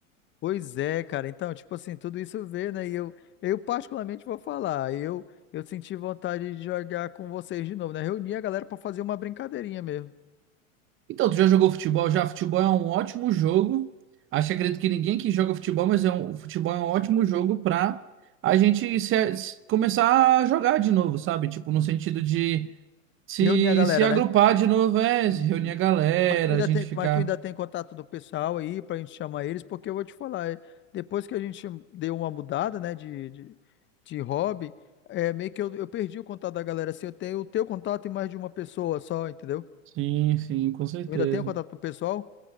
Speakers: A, on the left (about 30°); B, on the right (about 30°).
A: Pois é, cara. Então, tipo assim, tudo isso vê, né? E eu, eu particularmente vou falar, eu, eu senti vontade de jogar com vocês de novo, né? Reunir a galera pra fazer uma brincadeirinha mesmo.
B: Então, tu já jogou futebol? Já, futebol é um ótimo jogo. Acho, que acredito que ninguém que joga futebol, mas é um, o futebol é um ótimo jogo pra a gente se- se- começar a jogar de novo, sabe? Tipo, no sentido de se,
A: Reunir a galera,
B: se agrupar
A: né?
B: de novo, é,
A: E...
B: se reunir a galera,
A: Mas tu ainda
B: a gente
A: tem,
B: ficar.
A: mas tu ainda tem contato do pessoal aí pra gente chamar eles, porque eu vou te falar, é, depois que a gente deu uma mudada, né, de, de, de hobby, é meio que eu, eu perdi o contato da galera, assim, eu tenho o teu contato e mais de uma pessoa só, entendeu?
B: Sim, sim, com certeza.
A: Eu ainda tenho contato do pessoal?